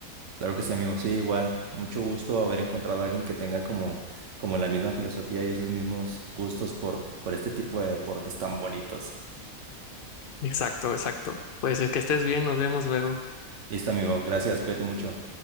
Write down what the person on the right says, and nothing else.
Claro que sí, amigo. Sí, igual. Mucho gusto haber encontrado a alguien que tenga como, como la misma filosofía y esos mismos gustos por, por este tipo de deportes tan bonitos.
Listo, amigo. Gracias. Cuídate mucho.